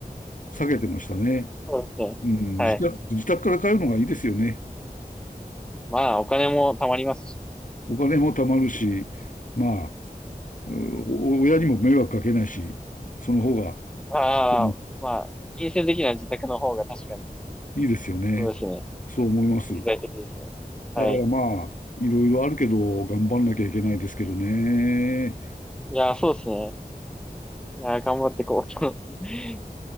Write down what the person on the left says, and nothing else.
避けてましたね。
うん、
自宅、自宅から通うのがいいですよね。
お金も貯まるし、まあ、うんお親にも迷惑かけないし、その方が
うん
いいですよね。
そう思います。
だ
からまあ、いろいろあるけど、頑張んなきゃいけないですけどね。